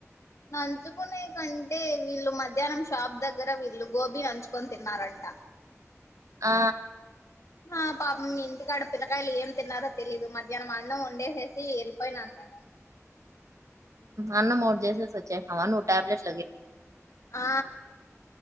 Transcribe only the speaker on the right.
ఆ
అన్న మోటి చేసేసి వచ్చేసి నావ నువ్ టాబ్లెట్స్